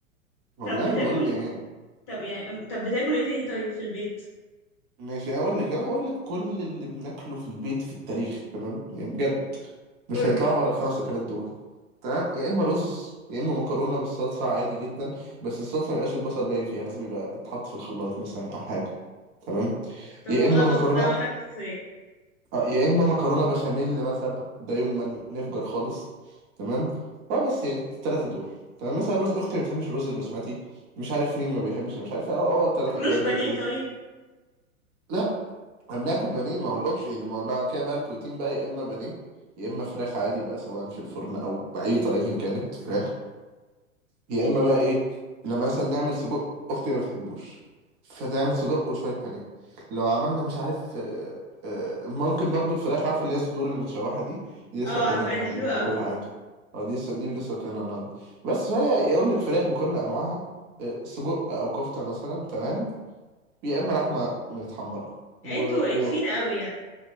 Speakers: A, on the right; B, on the left.
A: والله
B: طب بتاكل
A: بقول لك يعني
B: طب يعني طب بتاكل ايه تاني طيب في البيت
A: ماشي هقول لك انا هقول لك كل اللي بناكله في البيت في التاريخ تمام يعني بجد مش
B: قولي
A: هيطلعوا بره الخمس اكلات دول تمام يا اما رز يا اما مكرونه بالصلصه عادي جدا بس الصلصه ما يبقاش البصل باين فيها لازم يبقى اتحط في الخلاط مثلا او حاجه تمام
B: انت موضوع
A: يا اما
B: البصل
A: مكرونه
B: ده عامل لك حساسيه
A: آه، يا اما مكرونه بشاميل مثلا ده يوم ما نفجر خالص تمام اه بس يعني الثلاثه دول تمام مثلا رز اختي ما بتحبش الرز البسمتي مش عارف مين ما بيحبش مش عارف اه اه الثلاث
B: تاكلوش
A: اكلات
B: بانيه
A: دول ايه
B: طيب
A: لا احنا بناكل بانيه ما هو الاوبشن يعني ما هو بعد كده بقى البروتين بقى يا اما بانيه يا اما فراخ عادي بقى سواء في الفرن او باي طريقه إن كانت فراخ يا
B: ايه
A: اما
B: ده ايه
A: بقى
B: ده
A: ايه لما مثلا نعمل سجق اختي ما بتحبوش فتعمل سجق وشويه بانيه لو عملنا مش عارف آه، آه، ممكن برضو الفراخ عارفه اللي هي الصدور المتشوحه دي دي لسه
B: اه
A: واكلينها
B: عارفه
A: النهارده
B: دي حلوه
A: دي بناكلها
B: قوي دي
A: عادي اه دي لسه دي لسه واكلينها النهارده بس فهي يقول لك فراخ بكل انواعها آه، سجق او كفته مثلا تمام يا اما لحمه متحمره
B: يعني
A: و...
B: انتوا انفين قوي يعني